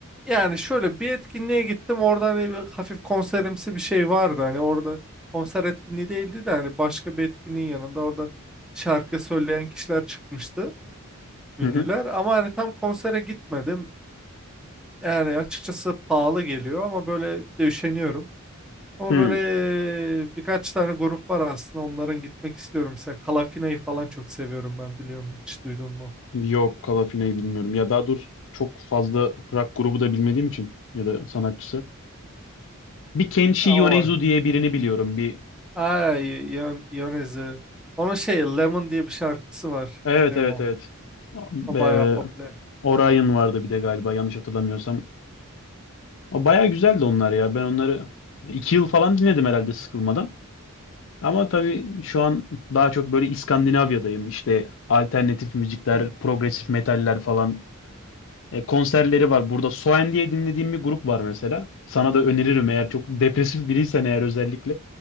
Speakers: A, in the centre; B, on the left (about 60°).
A: yani şöyle bir etkinliğe gittim orada hani bir hafif konserimsi bir şey vardı hani orada konser etkinliği değildi de hani başka bir etkinliğin yanında orada şarkı söyleyen kişiler çıkmıştı. ünlüler
B: Hı hı.
A: ama hani tam konsere gitmedim. Yani açıkçası pahalı geliyor ama böyle bir de üşeniyorum. Ama
B: Hı.
A: böyle birkaç tane grup var aslında onların gitmek istiyorum. Mesela Kalafina'yı falan çok seviyorum ben biliyorum hiç duydun mu?
B: Yok Kalafina'yı bilmiyorum. Ya daha doğrusu çok fazla rock grubu da bilmediğim için ya da sanatçısı. Bir Kenshi
A: Ya
B: Yonezu
A: o var.
B: diye birini biliyorum. Bir
A: Ay Yon Yonezi. Onun şey Lemon diye bir şarkısı var.
B: Evet
A: Lemon.
B: evet evet.
A: O
B: Ee,
A: bayağı popüler.
B: Orion vardı bir de galiba yanlış hatırlamıyorsam. O bayağı güzeldi onlar ya. Ben onları iki yıl falan dinledim herhalde sıkılmadan. Ama tabii şu an daha çok böyle İskandinavya'dayım. İşte alternatif müzikler,
A: Hmm.
B: progresif metaller falan. E, konserleri var. Burada Soen diye dinlediğim bir grup var mesela. Sana da öneririm eğer çok depresif biriysen eğer özellikle.